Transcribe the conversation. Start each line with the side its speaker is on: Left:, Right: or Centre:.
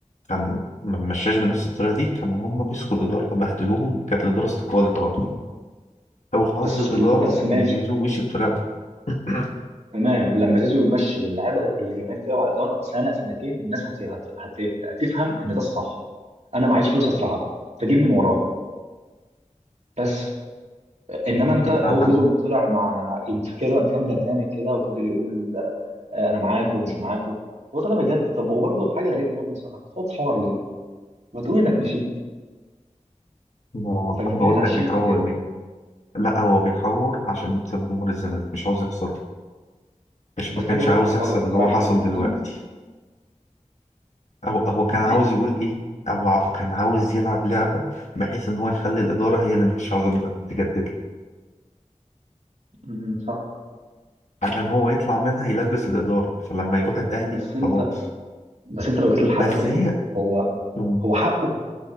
Left: كان ما مشاش بنفس الطريقة دي كانوا هم مسكوا الإدارة وبهدلوهم كانت الإدارة استقالت على طول او حظ
Right: بس
Left: الاداره
Right: بس
Left: ان
Right: ماشي
Left: زيزو مشي بطريقه <clears throat> <coughs>
Right: تمام لما زيزو يمشي واللعيبه والجماهير تلعب على الاداره سنه سنتين والناس هت... هت... هت... هتفهم ان ده الصح انا معيش فلوس ادفعها فجيب من وراه بس انما انت هو
Left: انا أنا-
Right: زيزو طلع مع كذا كام برنامج كده وفضل يقول آه، انا معاكم ومش معاكم هو طلع بجد طب هو برضه حاجه غريبه برضه صراحه صوت حوار ليه؟ ما تقول انك مشيت
Left: أنا
Right: فالجماهير
Left: هقول
Right: اتعشمت
Left: لك بيحور
Right: في كده
Left: ليه لا هو بيحور عشان يكسب جمهور الزمالك مش عاوز يخسر مش
Right: بس
Left: ما
Right: انت
Left: كانش
Right: كده كده
Left: عاوز
Right: هتخسرهم
Left: يحصل اللي
Right: انت رايح
Left: هو حصل
Right: للغريب
Left: دلوقتي هو هو
Right: ما-
Left: كان عاوز يقول ايه او ع- كان عاوز يلعب لعبه بحيث ان هو يخلي الاداره هي اللي مش عاوزه تد- تجدد له.
Right: امم صح
Left: عشان هو يطلع منها يلبس الاداره فلما يروح الاهلي
Right: بس انت
Left: خلاص
Right: بس انت لو جيت للحق
Left: بس
Right: برضه
Left: هي
Right: هو
Left: مم.
Right: هو حقه